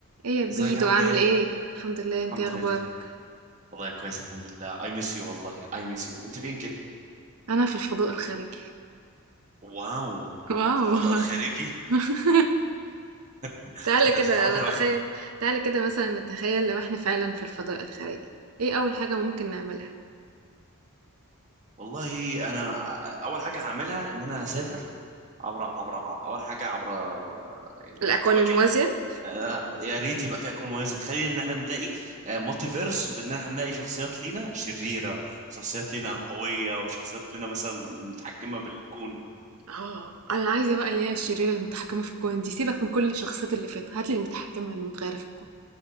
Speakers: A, on the right; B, on the right.
A: ايه يا بيدو
B: ازيك عامله
A: عامل
B: ايه
A: ايه الحمد لله انت
B: الحمد
A: إيه اخبارك
B: لله والله كويس الحمد لله اي ميس يو والله اي ميس يو انت فين كده
A: انا في الفضاء الخارجي
B: واو
A: واو
B: في الفضاء الخارجي
A: <laughs>
B: <laughs>
A: تعالى كده
B: انت تعرفي لوحدك
A: نتخيل تعالى كده مثلا نتخيل لو احنا فعلا في الفضاء الخارجي ايه اول حاجة ممكن نعملها
B: والله انا اول حاجه هعملها ان انا هسافر عبر عبر اول حاجه عبر يعني
A: الاكوان
B: الكواكب
A: الموازية
B: آه، يا ريت يبقى في اكوان موازي خلينا ان احنا نلاقي مالتي فيرس وبان احنا نلاقي شخصيات لينا شريره شخصيات لينا قويه وشخصيات لينا مثلا متحكمه بالكون
A: اه انا عايزة بقى اللي هي الشريرة المتحكمة في الكون دي سيبك من كل الشخصيات اللي فاتت هاتلي المتحكمة المتغيرة في الكون